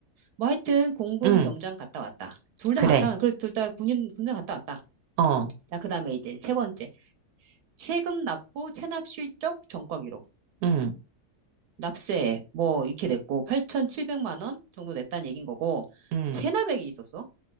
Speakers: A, on the right; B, on the right.
A: 뭐 하여튼 공군
B: 음,
A: 병장 갔다 왔다. 둘 다
B: 그래.
A: 갔다 왔 그래서 둘 다 군인 군대 갔다 왔다.
B: 어,
A: 자, 그다음에 이제 세 번째. 세금 납부 체납 실적 전과 기록.
B: 음,
A: 납세 뭐 이렇게 냈고 8,700만 원 정도 냈다는 얘긴 거고
B: 음.
A: 체납액이 있었어.